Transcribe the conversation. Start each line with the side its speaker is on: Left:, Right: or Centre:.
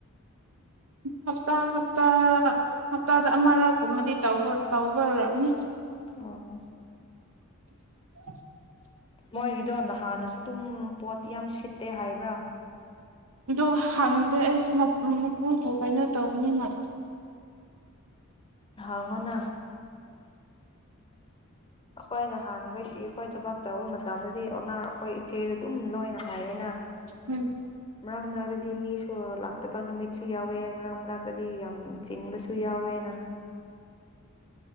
Right: ꯍꯞꯇꯥ ꯍꯞꯇꯥ ꯍꯞꯇꯥꯗ ꯑꯃꯔꯛꯒꯨꯝꯕꯗꯤ ꯇ ꯇꯧꯕꯅꯤ
Left: ꯑꯣ
Right: <unintelligible>
Left: ꯃꯣꯏꯒꯤꯗꯣꯗ ꯍꯥꯟꯅꯁꯨ ꯑꯗꯨꯝ ꯄꯣꯠ ꯌꯥꯝ ꯁꯤꯠꯇꯦ ꯍꯥꯏꯕ꯭ꯔꯥ
Right: ꯑꯗꯨ ꯍꯪꯗꯦ ꯑꯩꯁꯨ ꯃꯄꯨꯗꯨꯣ ꯀꯩꯅꯣ ꯇꯧꯧꯕꯅꯤꯅ
Left: ꯍꯉꯅꯥ ꯑꯩꯈꯣꯏ ꯅꯍꯥꯟꯈꯩꯁꯤ ꯑꯩꯈꯣꯏ ꯊꯕꯛ ꯇꯧꯕ ꯃꯇꯝꯗꯗꯤ ꯑꯣꯅꯥ ꯑꯩꯈꯣꯏ ꯏꯆꯦꯗꯨ ꯑꯗꯨꯝ ꯂꯣꯏꯅ ꯍꯥꯏꯌꯦꯅ
Right: ꯎꯝ
Left: ꯃꯔꯥꯡ ꯑꯃꯔꯒꯗꯤ ꯃꯤꯁꯨ ꯂꯥꯛꯇꯕ ꯅꯨꯃꯤꯠꯁꯨ ꯌꯥꯎꯋꯦ ꯃꯔꯛ ꯑꯃꯛꯒꯗꯤ ꯌꯥꯝ ꯆꯤꯟꯕꯁꯨ ꯌꯥꯎꯋꯦ ꯇꯋꯦꯅ